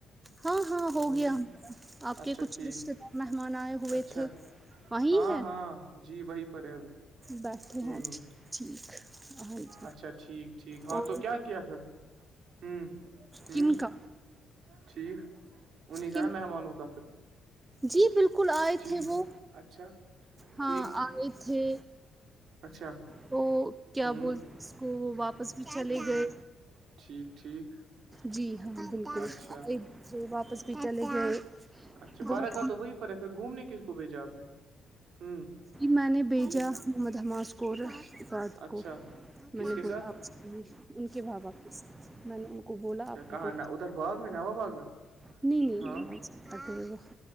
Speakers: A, on the right (about 20°); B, on the right (about 65°).
A: ہاں ہاں ہو
B: ہ
A: گیا آپ
B: اچھا
A: کے کچھ
B: ٹھیک
A: رشتے مہمان آئے ہوئے
B: اچھا
A: تھے وہیں
B: ہاں
A: ہے
B: ہاں جی وہی پر ہے ابھی
A: بیٹھے
B: ہوں
A: ہیں
B: ہوں
A: ٹھیک ہاں
B: اچھا ٹھیک ٹھیک ہاں
A: اور
B: تو کیا کیا پھر ہوں ہ
A: کن کا
B: ٹھیک ان نہیں کہنا
A: کن
B: مہمانوں کا پھر
A: جی بالکل آئے
B: جی
A: تھے وہ
B: اچھا
A: ہاں
B: ٹھیک
A: آئے تھے
B: اچھا
A: تو کیا
B: ہوں
A: بول اس کو وہ واپس بھی چلے
B: ہوں
A: گئے
B: ٹھیک ٹھیک
A: جی ہاں بالکل
B: اچھا
A: ادھر واپس بھی چلے گئے
B: اچھا بارہ
A: بہت
B: کا تو وہی پر ہے پھر گھومنے کس کو بھیجا آپ نے ہوں
A: میں نے بھیجا
B: ٹھیک
A: محمد حماسکوراد
B: اچھا اچھا
A: کو میں
B: کس
A: نے
B: کے ساتھ
A: بولا آپ ان کے بھاباپ کے ساتھ میں نے ان کو بولا آپ ان
B: کہ
A: کو
B: نہ ادھر باغ میں نوا باغ میں
A: نہیں نہیں
B: ہاں
A: نہیں تکری